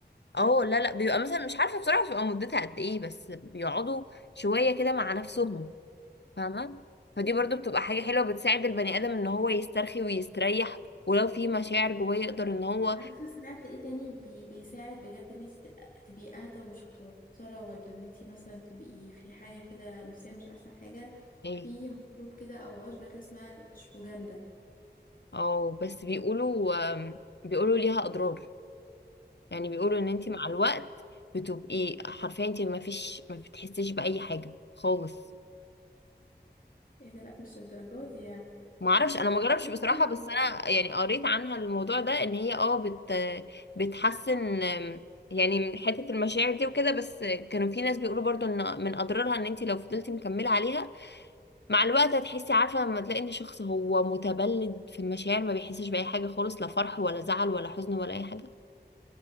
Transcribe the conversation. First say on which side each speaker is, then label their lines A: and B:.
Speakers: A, on the left; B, on the left.
A: اه لا لا بيبقى مثلا مش عارفه بصراحه بتبقى مدتها قد ايه بس بيقعدوا شويه كده مع نفسهم فاهمة فدي برضو بتبقى حاجة حلوة بتساعد البني آدم ان هو يسترخي ويستريح ولو في مشاعر جواه يقدر ان هو
B: عارفه سمعت ايه تاني بي بيساعد بجد ان انت تبقى- تبقي اهدى ومش متوتره ولا ان انت مثلا تبقي في حاجه كده نفسيه مش احسن حاجه
A: ايه
B: في مشروب كده او عشبه كده اسمها شوجندا
A: اه بس بيقولوا آم، بيقولوا ليها أضرار يعني بيقولوا ان انت مع الوقت بتبقي حرفيا انت ما فيش ما بتحسيش بأي حاجة خالص
B: ايه ده لا مش الدرجات دي يعني
A: ما اعرفش انا
B: عايزة
A: ما جربش
B: أحس-
A: بصراحة بس انا يعني قريت عنها الموضوع ده ان هي اه بت بتحسن آم، يعني من حتة المشاعر دي وكده بس كانوا في ناس بيقولوا برضو ان من اضرارها ان انت لو فضلتي مكملة عليها مع الوقت هتحسي عارفة لما تلاقي ان شخص هو متبلد في المشاعر ما بيحسش بأي حاجة خالص لا فرح ولا زعل ولا حزن ولا أي حاجة